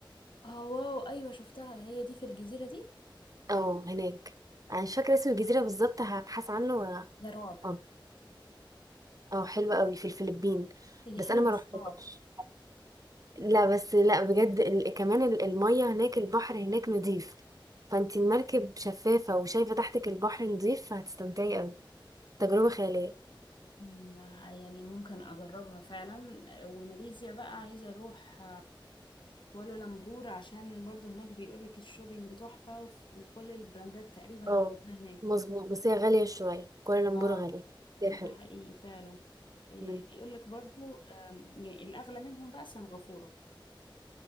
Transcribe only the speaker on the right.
اه هناك انا مش فاكره اسم الجزيره بالظبط هبحث عنه و...
اه اه حلو قوي في الفلبين
بس
انا ما
رحتش
لا بس لا بجد ال... كمان ال- الميه هناك البحر هناك نضيف فانت المركب شفافه وشايفه تحتك البحر نضيف فهتستمتعي قوي تجربه خياليه
اه
مظبوط بس هي غاليه شويه كوالالمبور
غاليه بس هي
حلوه
مم.